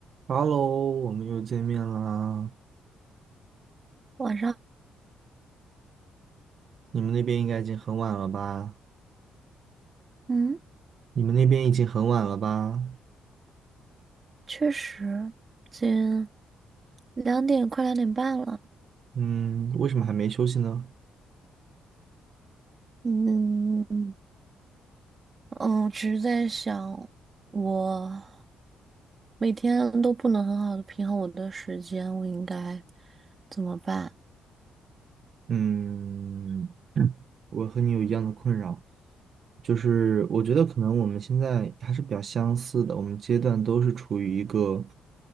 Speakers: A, on the right (about 55°); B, on the right (about 35°).
A: 哈喽，我们又见面啦。
B: 晚上，
A: 你们那边应该已经很晚了吧？
B: 嗯，
A: 你们那边已经很晚了吧？
B: 确实，近两点，快两点半了。
A: 嗯，为什么还没休息呢？
B: 嗯嗯，只是在想，我每天都不能很好的平衡我的时间，我应该怎么办？
A: 嗯，<clears throat> 我和你有一样的困扰。就是我觉得可能我们现在还是比较相似的，我们阶段都是处于一个